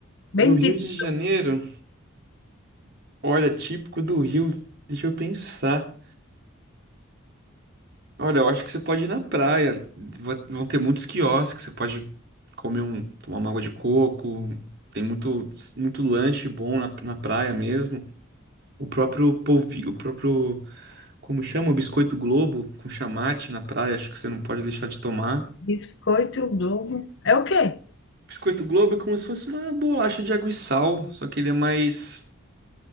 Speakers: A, on the left; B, on the right.
A: Bem
B: No Rio
A: tipo
B: de Janeiro, olha, típico do Rio. Deixa eu pensar. Olha, eu acho que você pode ir na praia. Va- Vão ter muitos quiosques, você pode comer um, tomar uma água de coco. Tem muito, muito lanche bom na, na praia mesmo. O próprio polvilho, o próprio, como chama? O Biscoito Globo com chamate na praia, acho que você não pode deixar de tomar.
A: biscoito Globo. É o quê?
B: Biscoito Globo é como se fosse uma bolacha de água e sal, só que ele é mais,